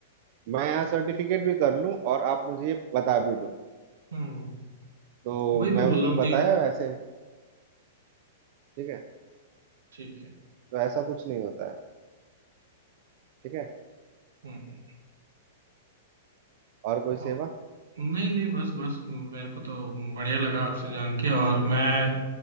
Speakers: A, on the right (about 50°); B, on the right (about 85°).
A: मैं यहाँ सर्टिफिकेट भी कर लूँ और आप मुझे ये बता भी दो
B: हम्म
A: तो
B: वही मैं
A: मैं
B: बोल
A: उसको
B: रहा हूँ
A: बताया
B: कि
A: वैसे ठीक है
B: ठीक है
A: तो ऐसा कुछ नहीं होता है ठीक है
B: हम्म, हम्म।
A: और कोई सेवा
B: और- नहीं नहीं बस बस मेरे को तो बढ़िया लगा आपसे जान के और मैं